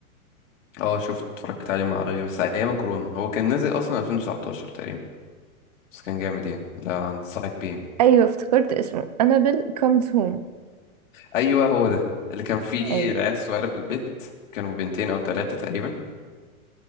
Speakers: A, on the left (about 60°); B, on the right (about 30°).
A: اه شفت اتفرجت عليه مع ريا بس ايام كورونا هو كان نازل اصلا 2019 تقريبا بس كان جامد يعني لا انصحك بيه
B: ايوه افتكرت اسمه انابل كومز هوم
A: ايوه هو ده اللي كان فيه
B: ايوه
A: العيال الصغيره في البيت كانوا بنتين او ثلاثه تقريبا